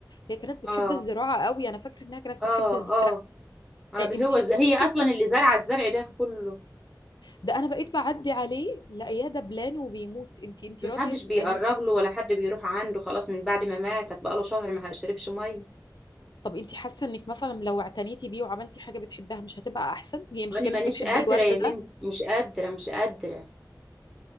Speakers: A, on the left; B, in the centre.
A: هي كانت بتحب
B: اه
A: الزراعة قوي انا فاكرة انها كانت
B: اه
A: بتحب الزرع
B: آه. آه،
A: انت
B: هو
A: الورد
B: زي هي اصلا اللي زرعه الزرع ده كله
A: ده انا بقيت بعدي عليه لاقياه دبلان وبيموت انت انت
B: محدش
A: راضية
B: بيقرب
A: يعني انت
B: له ولا حد بيروح عنده خلاص من بعد ما ماتت بقاله شهر ما شربش ميه
A: طب انت حاسة انك مثلا لو اعتنيتي بيه وعملتي حاجة بتحبها مش هتبقى احسن هي مش
B: وانا
A: كانت
B: مانيش
A: بتحب
B: قادره
A: الورد
B: يا بنت
A: ده
B: مش قادره مش قادره